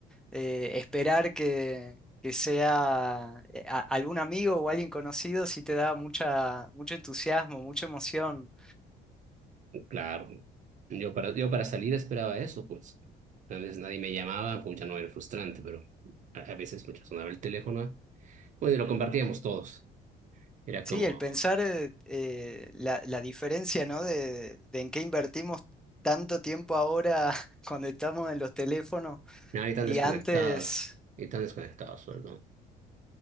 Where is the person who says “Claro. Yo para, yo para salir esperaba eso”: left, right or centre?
Right